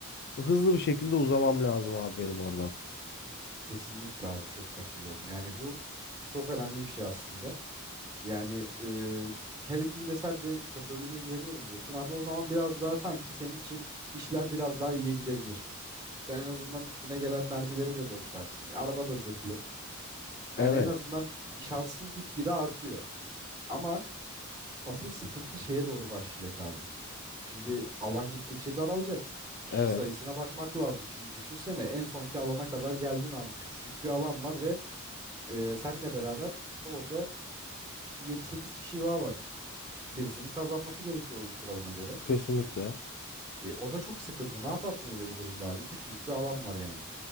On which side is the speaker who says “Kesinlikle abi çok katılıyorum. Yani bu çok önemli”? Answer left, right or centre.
Right